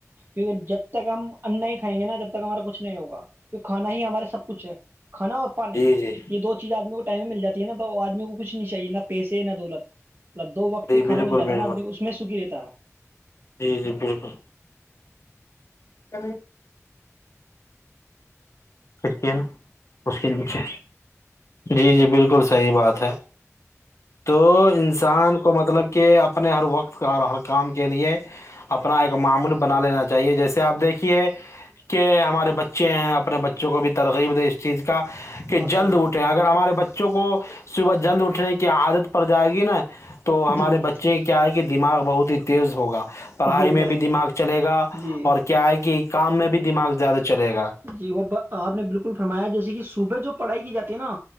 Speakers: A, on the right; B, on the left.
A: کیونکہ جب تک ہم انڈا ہی کھیں گے ناب ہمارا کچھ نہیں ہوگا کیونکہ کھانا ہی ہمارا سب کچھ ہے کھا اور پانی
B: جی جی
A: یہ دو چیز آدمیوں ٹائم میں مل جاتی ہے نا تو آدمی کو کچھ نہیں چاہیے نہ پیسے نہ دولت مب دو وقت
B: جی
A: کانا
B: بالکل
A: مل جاتا
B: بالکل
A: نا آدمی کو ک رہتا
B: جی جی بالکل ا سک اس کے نچے جی جی بالکل صحیح بات ہے تو انسان کو مطلب کہ اپنے ہر وقت کا اور ہر کام کے لیے اپنا ایک معمول بنا لینا چاہیے جیسے آپ دیکھیے کہ ہمارے بچے ہیں اپنے بچ بچوں کو بھی ترغی د اس چیز کی کا کہ
A: ماشاء
B: جلد
A: اللہ
B: اٹھیں اگر ہمارے بچے چوں کو صبح جلد اٹھنے کی عادت پڑ جائے گی نا تو ہمارے
A: جی
B: بچے کیا آئے دماغ بہت ہی تیز ہوگا پڑھائی
A: جی وہ
B: میں
A: تو ہے
B: بھی دماغ چلے گا
A: جی
B: اور کیا ہے کہ کام میں بھی دماغ زیادہ چلے گا
A: جی وہ آپ نے بالکل فرمایا جیسے کہ صوبح جو پڑھائی کی جاتی ہے نا